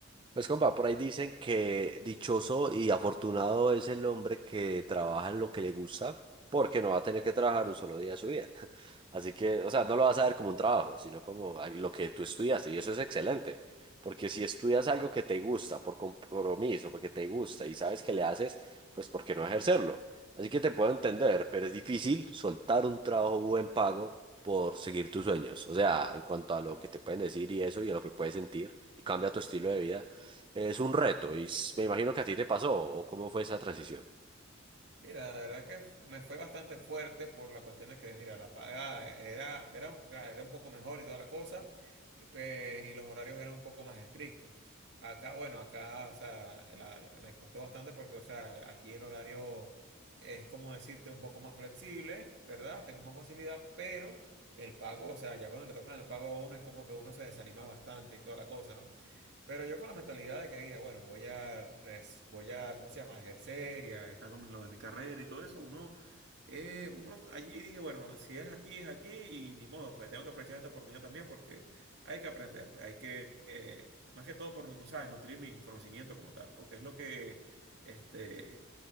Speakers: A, on the right (about 25°); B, on the right (about 60°).
A: Pues compa, por ahí dicen que dichoso y afortunado es el hombre que trabaja en lo que le gusta porque no va a tener que trabajar un solo día de su vida. <laughs> Así que, o sea, no lo vas a ver como un trabajo, sino como al- lo que tú estudiaste y eso es excelente, porque si estudias algo que te gusta por compromiso, porque te gusta y sabes que le haces, pues ¿por qué no ejercerlo? Así que te puedo entender, pero es difícil soltar un trabajo buen pago por seguir tus sueños. O sea, en cuanto a lo que te pueden decir y eso y a lo que puedes sentir y cambia tu estilo de vida. Es un reto y s- me imagino que a ti te pasó o cómo fue esa transición.
B: Mira, la verdad que f- me fue bastante fuerte por la cuestión de que, mira, la paga era, era, un, claro, era un poco mejor y toda la cosa, y pe- y los horarios eran un poco más estrictos. Acá, bueno, acá, o sea, la- la- me costó bastante porque, o sea, aquí el horario es como decirte un poco más flexible, ¿verdad? Tengo más facilidad, pero el pago, o sea, ya cuando le tocan el pago a uno es como que uno se desanima bastante y toda la cosa, ¿no? Pero yo con la mentalidad de que, mira, bueno, voy a, res- voy a, ¿cómo se llama? Ejercer y a estar con lo de mi carrera y todo eso, uno, eh, uno allí dije, bueno, si es aquí, es aquí y ni modo, pues tengo que aprovechar esta oportunidad también porque hay que aprender, pues, hay que, eh, más que todo por, no ¿sabes? Nutrir mi conocimiento como tal, porque es lo que, este,